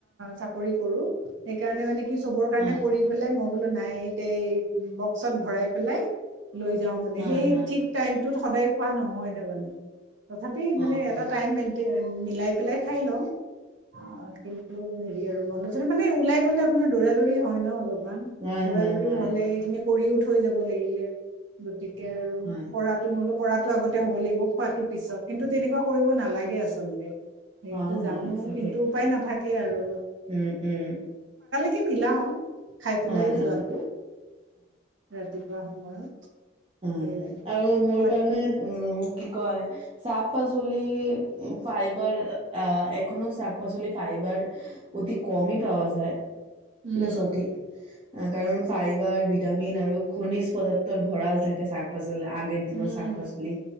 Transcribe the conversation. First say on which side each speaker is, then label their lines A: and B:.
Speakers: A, on the right (about 80°); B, on the right (about 25°).
A: চাকৰি কৰোঁ সেইকাৰণে মানে কি চবৰ কাৰণে
B: হয়
A: কৰি পেলাই মই বলো নাই এতিয়া এই বক্সত ভৰাই পেলাই লৈ যাও।
B: হয়
A: সেই
B: হয় হয়
A: ঠিক টাইমটোত, সদায় খোৱা নহয় তাৰ মানে। তথাপি মানে
B: অ অ
A: এটা টাইম মেন, মিলাই পেলাই খাই লওঁ। অ' কিন্ত হেৰি আৰু বন্ধ মানে ওলাই গ'লে আপোনাৰ দৌৰা -দৌৰি হয় ন অলপ। ইমান
B: হয়
A: দৌৰা
B: হয়
A: -দৌৰি
B: হয়
A: হ'লে এইখিনি, পৰিও থৈ যাব লাগিলে গতিকে, তাকেই আৰু
B: হয়
A: কৰাতো বোলো কৰাতো আগতে হ'ব লাগিব, খোৱাতো পিছত কিন্তু তেনেকুৱা কৰিব নালাগে আচলতে। সেইটো
B: হয় হয়
A: জানো
B: সঠিক
A: কিন্তু উপায় নাথাকে। তাকেই আৰু
B: উম- উম
A: কি মিলাও অ, খাই পেলাই
B: হয় হয়
A: যোৱাটো ৰাতি। পুৱা সময়ত
B: অ
A: সেয়াই
B: আৰু মোৰ
A: বাক
B: কাৰণে উম কি কয় শাক পাচলি ফাইবাৰ আহ এখনো শাক পাচলি ফাইবাৰ অতি কমি পোৱা যায়
A: উম
B: দছো ঠিক কাৰণ ফাইবাৰ ভিটামিন আৰু খনিজ পদাৰ্থৰ ভঁৰাল থাকে শাক -পাচ বুলে আগে দিনৰ
A: উম
B: শাক পাচলি,